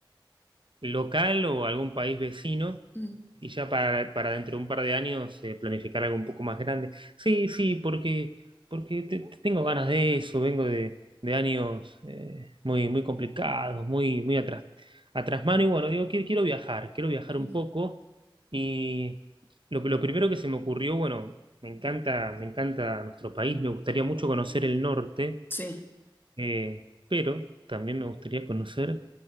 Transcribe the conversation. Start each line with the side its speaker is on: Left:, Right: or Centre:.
Right: local o algún país vecino
Left: Mm,
Right: y ya para, para dentro de un par de años eh, planificar algo un poco más grande. Sí, sí, porque, porque te- te tengo ganas de eso, vengo de, de años eh, muy, muy complicados, muy, muy atrás, atrás mano y bueno, digo, quiero, quiero viajar, quiero viajar
Left: Sí.
Right: un poco y lo, que- lo primero que se me ocurrió, bueno, me encanta, me encanta nuestro país, me gustaría mucho conocer el norte,
Left: Sí.
Right: eh, pero también me gustaría conocer